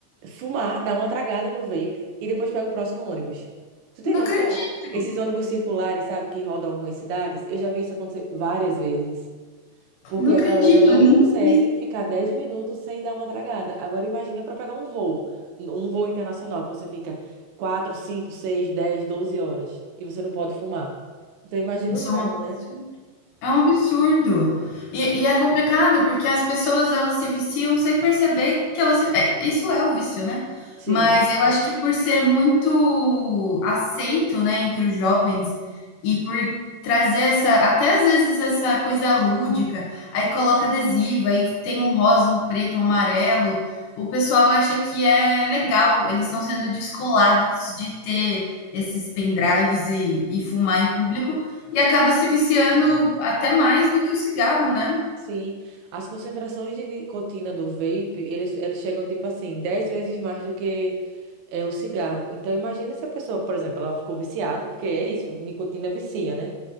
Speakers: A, on the right; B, on the left.
A: fumar, dar uma tragada no vape e depois pega o próximo ônibus. Tu tem
B: Não
A: noção?
B: acredito.
A: Esses ônibus circulares, sabe, que rodam algumas cidades, eu já vi isso acontecer várias vezes. Porque
B: Não
A: a
B: acredito.
A: galera não
B: Eu nunca
A: consegue
B: vi isso.
A: ficar 10 minutos sem dar uma tragada. Agora imagina para pegar um voo, um voo internacional, que você fica 4 5 6 10 12 horas e você não pode fumar. Então imagina
B: Isso
A: o drama,
B: é um absurdo.
A: né?
B: É um absurdo. E, e é complicado porque as pessoas elas se viciam sem perceber que elas se... é, isso é o vício, né?
A: Sim.
B: Mas eu acho que por ser muito aceito, né, entre os jovens e por trazer essa, até às vezes essa coisa lúdica, aí coloca adesivo, aí tem um rosa, um preto, um amarelo, o pessoal acha que é legal, eles estão sendo descolados de ter esses pendrives e, e fumar em público e acaba se viciando até mais do que o cigarro, né?
A: Sim, as concentrações de nicotina do vape, eles, eles chegam, tipo assim, 10 vezes mais do que é, o cigarro. Então, imagina se a pessoa, por exemplo, ela ficou viciada, porque é isso, nicotina vicia, né?